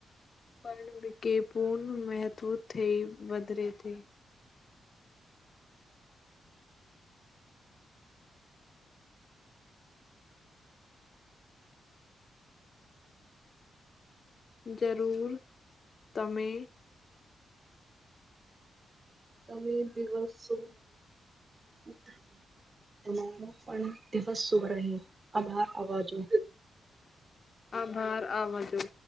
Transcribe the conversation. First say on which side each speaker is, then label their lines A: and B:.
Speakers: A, on the left (about 30°); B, on the right (about 25°).
A: પર વિકે પૂર્ણ મહત્વ થઈ વધરે <inaudible> જરૂર તમે
B: તમે દિવસ સુભ <inaudible> તમારો પણ દિવસ સુભ રહે. આભાર અવાજો.
A: આભાર આવાજો